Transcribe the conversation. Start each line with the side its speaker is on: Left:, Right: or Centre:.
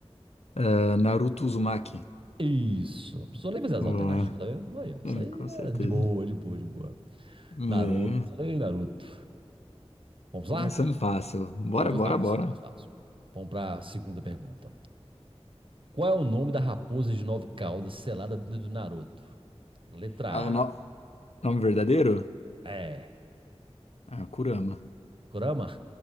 Left: É, Naruto Uzumaki.
Right: Isso. Não precisou nem fazer as
Left: Boa.
Right: alternativas, tá vendo? Aí, ó, isso
Left: É,
Right: aí
Left: com certeza.
Right: é de boa, de boa, de boa.
Left: É,
Right: Naruto. aí Naruto. Vamos
Left: começando
Right: lá?
Left: fácil. Bora,
Right: Já foi
Left: bora,
Right: fácil,
Left: bora.
Right: foi fácil. Vamos para a segunda pergunta. Qual é o nome da raposa de nove caudas selada dentro do Naruto? Letra
Left: Ah, o no- nome verdadeiro?
Right: A. É.
Left: Ah, Kurama.
Right: Kurama? <laughs>